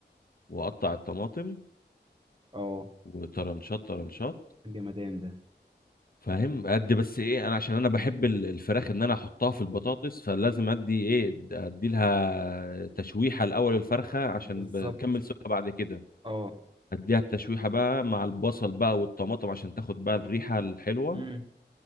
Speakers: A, on the left (about 55°); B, on the right (about 25°).
A: واقطع الطماطم
B: اه
A: وطرنشات طرنشات
B: جمدان ده
A: فاهم ادي بس ايه انا عشان انا بحب ال- الفراخ ان انا احطها في البطاطس فلازم ادي ايه ادي لها تشويحه الاول الفرخه عشان
B: بالظبط
A: بكمل سوا بعد كده
B: اه
A: اديها التشويحه بقى مع البصل بقى والطماطم عشان تاخد بقى الريحه الحلوه
B: امم